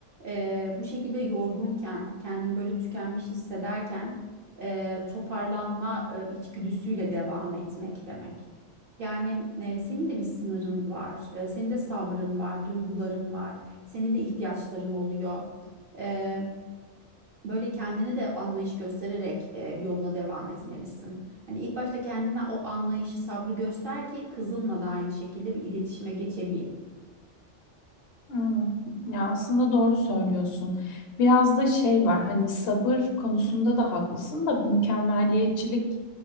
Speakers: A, on the right (about 55°); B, on the left (about 60°).
A: e, bu şekilde yorgunken, kendini böyle tükenmiş hissederken e, toparlanma e, içgüdüsüyle devam etmek demek. Yani e, senin de bir sınırın var, e, senin de sabrın var, duyguların var, senin de ihtiyaçların oluyor. E, böyle kendine de anlayış göstererek e, yoluna devam etmelisin. Hani ilk başta kendine o anlayışı, sabrı göster ki kızınla da aynı şekilde bir iletişime geçebil.
B: Evet. Ya aslında doğru söylüyorsun. Biraz da şey var hani sabır konusunda da haklısın da mükemmeliyetçilik